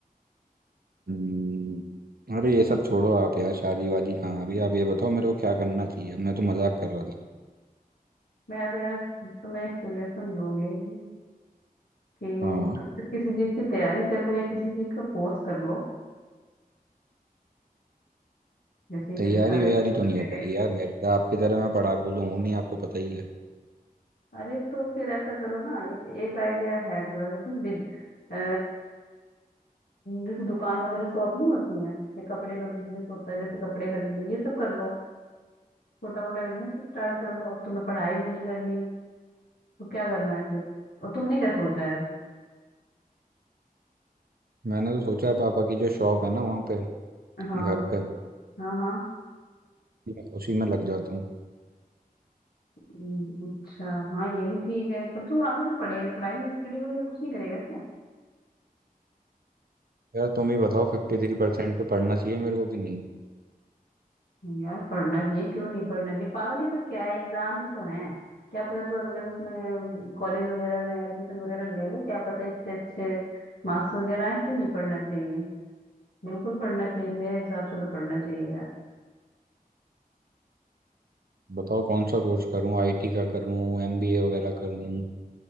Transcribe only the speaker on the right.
हम्म, अरे ये सब छोड़ो आप यार शादी वादी कहाँ अभी आप ये बताओ मेरे को क्या करना चाहिए अब मैं तो मजाक कर रहा था
हाँ
तैयारी
वैयारी तो
नहीं हो पाई यार मेरे से आपकी तरह मैं पढ़ाकू तो हूँ नहीं आपको पता ही है
मैंने तो सोचा पापा की जो शॉप है ना वहाँ पे
घर पे
मैं उसी में लग जाता हूँ
यार तुम ही बताओ फिफ्टी थ्री परसेंट पे पढ़ना चाहिए मेरे को कि नहीं
बताओ कौन सा कोर्स करूँ आईटी का करूँ एमबीए वगैरह करूँ